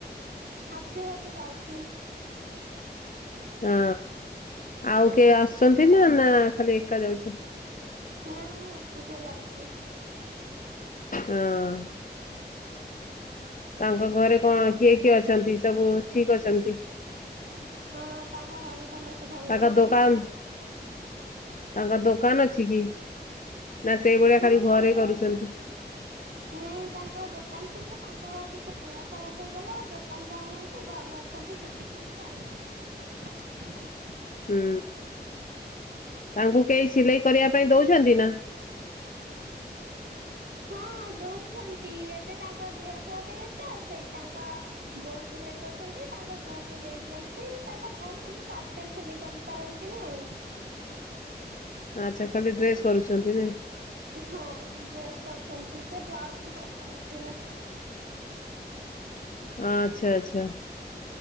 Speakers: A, on the right (about 70°); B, on the left (about 50°).
A: ସିଏ ଏବେ ଯାଉଛି
B: ହଁ ଆଉ
A: ଉଁ
B: କିଏ ଆସୁଛନ୍ତି ନା ନା ଖାଲି ଏକା ଯାଉଛ
A: ନା ମୁଁ ଏକୁଟିଆ ଯାଉଛି
B: ହଁ ତାଙ୍କ ଘରେ କଣ କିଏ କିଏ ଅଛନ୍ତି ସବୁ ଠିକ ଅଛନ୍ତି
A: ହଁ ତାଙ୍କ ଘରେ ସମସ୍ତେ ଭଲ
B: ତାଙ୍କ
A: ଅଛନ୍ତି
B: ଦୋକାନ ତାଙ୍କ ଦୋକାନ ଅଛି କି ନା ସେଇଭଳିଆ
A: ହଁ
B: ଖାଲି
A: ତାଙ୍କର
B: ଘରେ କରୁଛନ୍ତି
A: ନାଇଁ ତାଙ୍କର ଦୋକାନ ଥିଲା ତାଙ୍କର ଟିକେ ଦେହ ଖରାପ ହେଇଗଲା ଦୋକାନ ଯାଉନାହାନ୍ତି ଘରେ ଅଛନ୍ତି ଶିଖୁଛନ୍ତି ଆଉ <inaudible>
B: ହୁଁ ତାଙ୍କୁ କେହି ସିଲେଇ କରିବା ପାଇଁ ଦଉଛନ୍ତି
A: ହଁ ଦଉଛନ୍ତି ଏବେ ତାଙ୍କ ଦେହ ଖରାପ ହେଇଯାଇଛି ତ ସେଇ ତାଙ୍କ ବୋଉ ସିଲେଇ କରିଛନ୍ତି ତାଙ୍କ ବୋଉ କୁ ଦେଇ ଦିଅନ୍ତି ତାଙ୍କ ବୋଉ କିନ୍ତୁ ସାର୍ଟ ପ୍ୟାଣ୍ଟ ସିଲେଇ କରି ପାରନ୍ତିନି। ଆଉ।
B: ଆଚ୍ଛା। ଖାଲି ଡ୍ରେସ କରୁଛନ୍ତି ନାଇଁ
A: ହଁ ମୁ ଡ୍ରେସ୍ କରଛି ସେ ବ୍ଲାଉଜ ବି କରିପାରନ୍ତିନି।
B: ଆଚ୍ଛା ଆଛା।